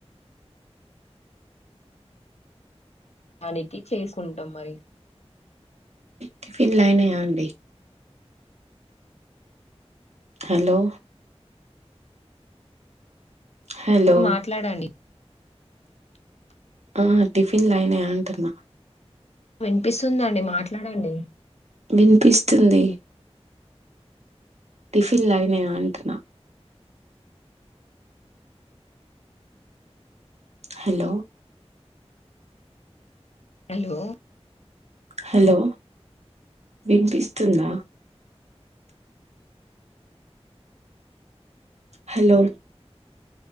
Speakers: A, on the left; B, on the right.
A: దానికి చేసుకుంటాం మరి
B: టిఫిన్లు అయినయ అండి హలో హలో
A: మాట్లాడండి
B: ఆ టిఫిన్లు అయినాయ అంటున్నా
A: వినిపిస్తుందండి మాట్లాడండి
B: వినిపిస్తుంది టిఫిన్లు అయినయ అంటున హలో
A: హలో
B: హలో వినిపిస్తుందా హలో